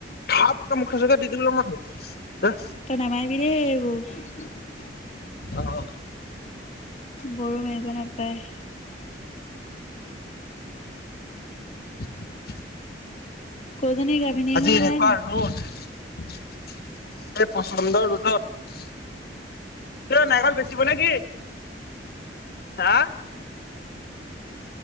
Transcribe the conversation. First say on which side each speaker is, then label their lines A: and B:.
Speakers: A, on the left; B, on the left.
A: খাপ ‌কে মুখে চুখে দি দিলোঁ মই একদম
B: তই নামাৰিবি দেই গৰু
A: অহ
B: গৰু, মাৰিব নাপায়।
A: <inaudible>
B: কৌজনী গাভিনী
A: আজি
B: হোৱা
A: এনেকুৱা
B: নাই নি?
A: ৰদ। এহ পচন্দৰ ৰোদত খুৰী দেও নাৰিকল বেচিব নে কি হা